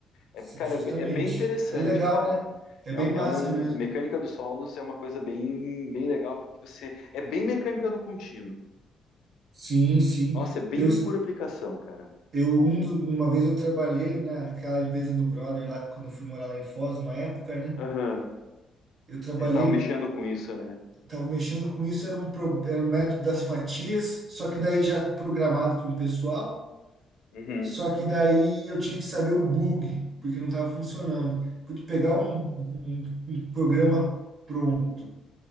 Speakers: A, on the right; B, on the left.
A: sim,
B: É, cara,
A: justamente.
B: é, be- é bem interessante,
A: É legal,
B: cara.
A: né? É
B: É,
A: bem massa
B: é um,
A: mesmo.
B: mecânica dos solos é uma coisa bem, bem legal, porque você, é bem mecânica do contínuo.
A: Sim, sim.
B: Nossa, é bem
A: Eu,
B: por aplicação, cara.
A: Eu, um do- uma vez eu trabalhei naquela empresa do brother lá, quando eu fui morar lá em Foz, uma época, né?
B: Aham.
A: Eu trabalhei,
B: Eles estavam mexendo com isso, né?
A: tava mexendo com isso, era um, pro- era um método das fatias, só que daí já programado para um pessoal,
B: Uhum.
A: só que daí eu tinha que saber o bug, porque não estava funcionando. Porque pegar um, um, um programa pronto